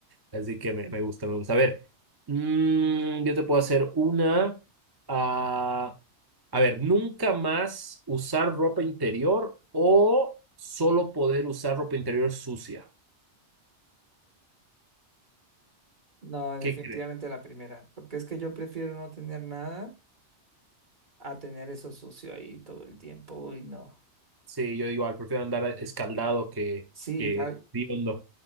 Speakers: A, on the right; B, on the right.
A: así que me, me gusta, me gusta. A ver, mm, yo te puedo hacer una. ah, a ver, nunca más usar ropa interior o solo poder usar ropa interior sucia.
B: No, definitivamente
A: ¿Qué crees?
B: la primera, porque es que yo prefiero no tener nada a tener eso sucio ahí todo el tiempo. Uy, no.
A: Sí, yo igual, prefiero andar escaldado que,
B: Sí,
A: que
B: ya,
A: hediondo.